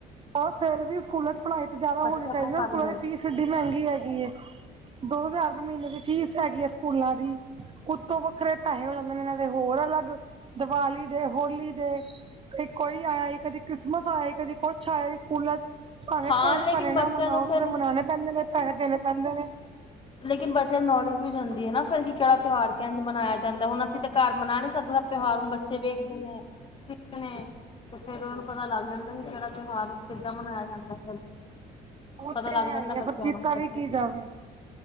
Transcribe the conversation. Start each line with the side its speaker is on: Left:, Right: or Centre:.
Right: ਉਹ ਫਿਰ ਵੀ ਸਕੂਲਾਂ ਚ ਪੜ੍ਹਾਈ ਜਿਆਦਾ
Left: ਬੱਚੇ
Right: ਹੋਣੀ
Left: ਆਪਣਾ
Right: ਚਾਹੀਦੀ ਨਾ,
Left: ਕਰ
Right: ਸਕੂਲਾਂ
Left: ਲੈਂਦੇ
Right: ਦੀ
Left: ਨੇ
Right: ਫੀਸ ਇਨੀ ਮਹਿੰਗੀ ਹੈਗੀ ਏ, ਦੋ ਹਜ਼ਾਰ ਰੁਪਏ ਮਹੀਨੇ ਦੀ ਫੀਸ ਹੈਗੀ ਹੈ, ਸਕੂਲਾਂ ਦੀ ਉੱਤੋਂ ਵੱਖਰੇ ਪੈਸੇ ਹੋਰ ਹੋ ਜਾਂਦੇ ਨੇ ਇਹਨਾਂ ਦੇ ਹੋਰ ਅਲੱਗ, ਦਿਵਾਲੀ ਦੇ ਹੋਲੀ ਦੇ ਕਦੇ ਕੋਈ ਆਇਆ ਈ, ਕਦੇ ਕ੍ਰਿਸਮਸ ਆਇਆ ਈ, ਕਦੇ ਕੁਛ ਆਇਆ ਈ ਸਕੂਲਾਂ ਚ ਭਾਵੇਂ
Left: ਹਾਂ
Right: ਘਰ
Left: ਲੇਕਿਨ
Right: -ਘਰੇ
Left: ਬੱਚਿਆਂ
Right: ਨਾ ਮਨਾਉ,
Left: ਨੂੰ
Right: ਉੱਥੇ
Left: ਫਿਰ
Right: ਤੇ ਮਨਾਣੇ ਪੈਂਦੇ ਨੇ ਪੈਸੇ ਦੇਣੇ ਪੈਂਦੇ ਨੇ।
Left: ਲੇਕਿਨ ਬੱਚਿਆਂ ਨੂੰ ਨੌਲੇਜ ਵੀ ਜਾਂਦੀ ਹੈ ਨਾ, ਫਿਰ ਕਿਹੜਾ ਤਿਉਹਾਰ ਕਹਿਣ ਮਨਾਇਆ ਜਾਂਦਾ, ਹੁਣ ਅਸੀਂ ਤੇ ਘਰ ਮਨਾ ਨਹੀਂ ਸਕਦੇ। ਤਿਉਹਾਰ ਨੂੰ ਬੱਚੇ ਵੇਖਦੇ ਨੇ, ਸਿੱਖਦੇ ਨੇ ਤੇ ਫੇਿਰ ਉਹਨਾ ਨੂੰ ਪਤਾ ਲੱਗ ਜਾਂਦਾ, ਵੀ ਕਿਹੜਾ ਤਿਉਹਾਰ ਕਿੱਦਾਂ ਮਨਾਇਆ ਜਾਂਦਾ ਫਿਰ
Right: ਉਹ
Left: ਪਤਾ
Right: ਤੇ
Left: ਲੱਗ
Right: ਹੈ
Left: ਜਾਂਦਾ
Right: ਹੀ ਆ ਫਿਰ
Left: ਬੱਚਿਆਂ
Right: ਕੀਤਾ
Left: ਨੂੰ ਦੇਖੋ
Right: ਵੀ ਕੀ ਜਾਵੇ